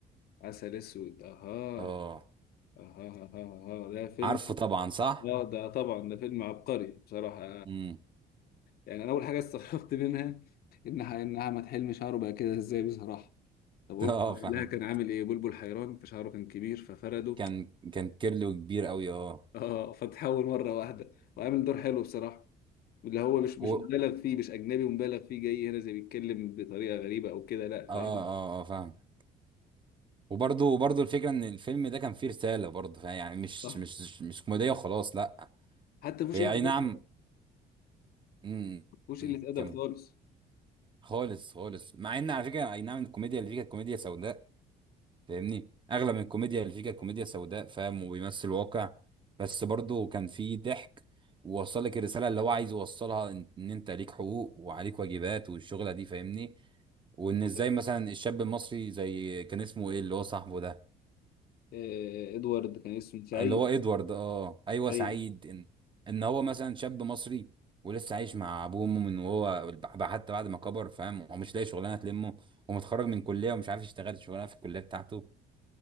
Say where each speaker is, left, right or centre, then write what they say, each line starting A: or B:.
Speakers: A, on the left (about 65°); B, on the right (about 30°).
A: عسل أسود أها
B: اه
A: أها أها أها ده فيلم
B: عارفه طبعا صح
A: اه ده طبعا ده فيلم عبقري بصراحة
B: امم
A: يعني أنا أول حاجة استغربت منها إنها إنها ما تحلمش شعره بقى كده إزاي بصراحة طب قلت
B: <laughs> اه فاهمك
A: لها كان عامل إيه بلبل حيران فشعره كان كبير ففرده
B: كان كان كيرلو كبير قوي اه
A: اه فتحول مره واحده وعامل دور حلو بصراحه اللي هو مش مش
B: و... اه
A: <laughs> مبالغ فيه مش اجنبي ومبالغ فيه جاي هنا زي بيتكلم بطريقه غريبه او كده لا
B: اه
A: فاهم
B: اه فاهم وبرضه وبرضه الفكره ان الفيلم ده كان فيه رساله برضه فاهم؟ يعني مش
A: صح
B: مش مش كوميديه وخلاص لا
A: حتى مفيش
B: هي
A: قله
B: اي نعم
A: ادب
B: امم
A: مفيش
B: أمم،
A: قله ادب
B: كم
A: خالص
B: خالص خالص مع ان على فكره اي نعم الكوميديا اللي فيه كانت كوميديا سوداء فاهمني اغلب الكوميديا اللي فيه كانت كوميديا سوداء فاهم وبيمثل واقع بس برضه كان فيه ضحك ووصل لك الرساله اللي هو عايز يوصلها ان إن انت ليك حقوق وعليك واجبات والشغله دي فاهمني وان
A: صحيح.
B: ازاي مثلا الشاب المصري زي كان اسمه ايه اللي هو صاحبه ده
A: آه ادوارد كان اسمه سعيد
B: اللي هو ادوارد اه ايوه
A: سعيد
B: سعيد ان ان هو مثلا شاب مصري ولسه عايش مع ابوه وامه من وهو ب- حتى بعد ما كبر فاهم ومش لاقي شغلانه تلمه ومتخرج من كليه ومش عارف يشتغل الشغلانه في الكليه بتاعته